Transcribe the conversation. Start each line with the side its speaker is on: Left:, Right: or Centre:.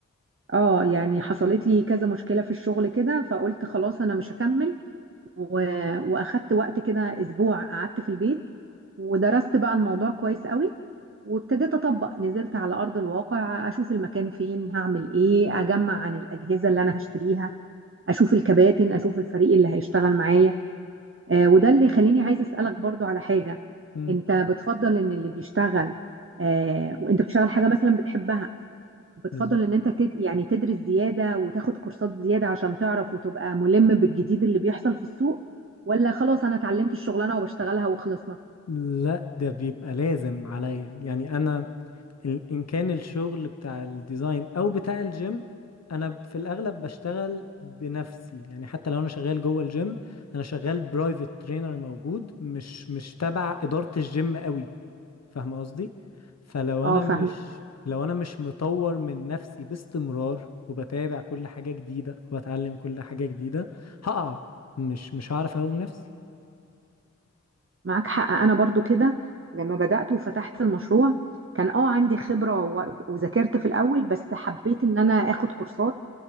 Right: اه يعني حصلت لي كذا مشكله في الشغل كده فقلت خلاص انا مش هكمل و... واخدت وقت كده اسبوع قعدت في البيت ودرست بقى الموضوع كويس قوي وابتديت اطبق نزلت على ارض الواقع اشوف المكان فين هعمل ايه اجمع عن الاجهزه اللي انا هشتريها اشوف الكباتن اشوف الفريق اللي هيشتغل معايا آه وده اللي يخليني عايز اسالك برضو على حاجه
Left: مم.
Right: انت بتفضل ان اللي بيشتغل آه وانت بتشتغل حاجه مثلا بتحبها بتفضل
Left: بالظبط
Right: ان انت تد... يعني تدرس زيادة وتاخد كورسات زيادة عشان تعرف وتبقى ملم بالجديد اللي بيحصل في السوق ولا خلاص انا اتعلمت الشغلانة وبشتغلها وخلصنا
Left: لا ده بيبقى لازم عليا يعني انا ال- ان كان الشغل بتاع الديزاين او بتاع الجيم انا ب- في الاغلب بشتغل بنفسي يعني حتى لو انا شغال جوه الجيم انا شغال برايفت ترينر موجود مش مش تبع ادارة الجيم قوي فاهمه قصدي فلو
Right: اه
Left: انا
Right: فاهمين
Left: مش لو انا مش مطور من نفسي باستمرار وبتابع كل حاجة جديدة وبتعلم كل حاجة جديدة هقع مش مش هعرف اقوم نفسي
Right: معاك حق انا برضو كده لما بدأت وفتحت المشروع كان اه عندي خبرة و- وذاكرت في الاول بس حبيت ان انا اخد كورسات